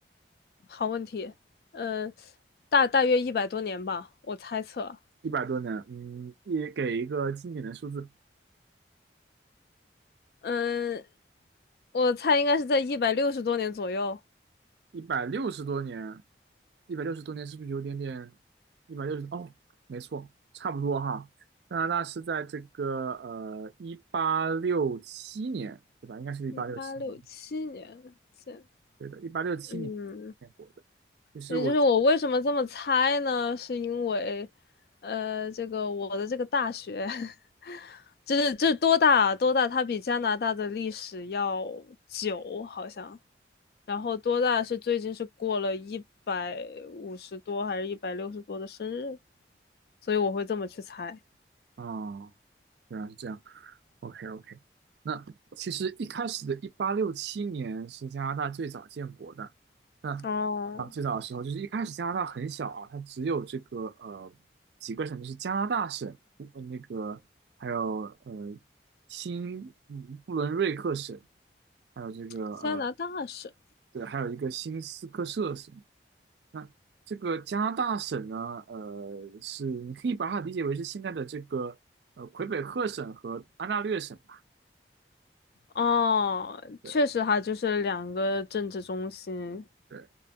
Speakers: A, on the left (about 60°); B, on the right (about 70°).
A: 好问题。嗯，大大约一百多年吧，我猜测。
B: 一百多年，嗯，也给一个经典的数字，
A: 嗯，我猜应该是在一百六十多年左右，
B: 一百六十多年，一百六十多年是不是有点点？一百六十，哦，没错，差不多哈。加拿大是在这个呃一八六七年，对吧？应该是一八六七年，
A: 一八六七年建。
B: 对的，一八六七年建国的。
A: 嗯，
B: 就是我
A: 也就是我为什么这么猜呢？是因为，呃，这个我的这个大学，<laughs> 就是这多大啊多大，它比加拿大的历史要久，好像。然后多大是最近是过了一百五十多还是一百六十多的生日，所以我会这么去猜。
B: 啊，原来是这样。OK OK，那其实一开始的一八六七年是加拿大最早建国的，那
A: 哦，
B: 啊最早的时候就是一开始加拿大很小啊，它只有这个呃几个省，就是加拿大省，呃那个还有呃新嗯布伦瑞克省，还有这个呃
A: 加拿大是
B: 对，还有一个新斯科舍省。那这个加拿大省呢，呃是你可以把它理解为是现在的这个呃魁北克省和安大略省吧。
A: 哦，
B: 对
A: 确实哈，就是两个政治中心。
B: 对。